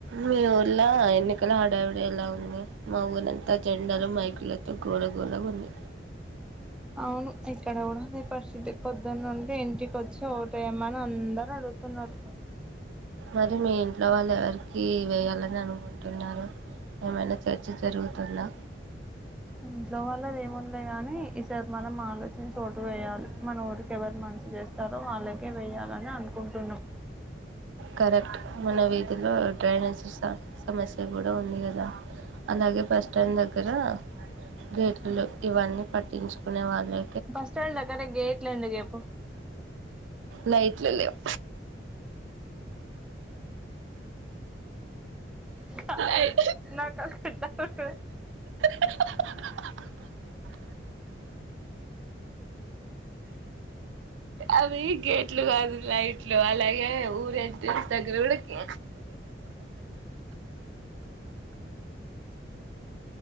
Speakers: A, on the right; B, in the centre.
A: మీ ఊర్లో ఎన్నికల హడావిడి ఎలా ఉంది? మా ఊరంతా జెండాలు మైకులు గోల గోల గుంది
B: అవును ఇక్కడ కూడా అదే పరిస్థితి పొద్దున్న నుండి ఇంటికొచ్చి ఓటేయమని అందరు అడుగుతున్నారు.
A: మరి మీ ఇంట్లో వాళ్ళు ఎవరికి వేయాలని అనుకుంటున్నారు. ఏమైనా చర్చ జరుగుతుందా?
B: ఇంట్లోవాళ్ళదేముంది లెగాని ఈసారి మనం ఆలోచ చి ఓటు వేయాలి మన ఊరికి ఎవరు మంచి చేస్తారో వాళ్ళకే వెయ్యాల అని అనుకుంటున్నాం
A: కరెక్ట్ మన వీధిలో డ్రైనేజ్ సిస్ సమస్య కూడా ఉంది కదా అలాగే బస్టాండ్ దగ్గర గేట్లు లేవు ఇవన్నీ పట్టించుకునే వాళ్ళే
B: బస్ స్టాండ్ దగ్గర గేట్లు ఎందుకు చెప్పు
A: లైట్లు లేవు
B: కాదు
A: అయి
B: నాకు అసలు డౌట్
A: ఆ అవి గేట్లు కాదు లైట్లు అలాగే ఊరే దగ్గర కూడాకి